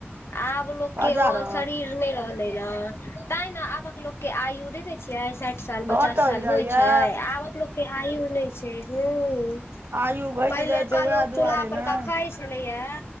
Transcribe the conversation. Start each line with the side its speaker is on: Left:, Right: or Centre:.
Left: आब लोकके
Right: बजारत
Left: ओ शरीर नहि रहले न, तैं ने आबक लोक के आयु देखै छियै साठि साल पचास
Right: घटल
Left: साल
Right: जाइये
Left: होइ छै आबक लोकके आयु नहि छै, हुं।
Right: आयु घटि
Left: पहिलका
Right: जाइ छै उएह
Left: लोक
Right: दुआरे
Left: चूल्हा पर
Right: ने
Left: का खाइ छलैये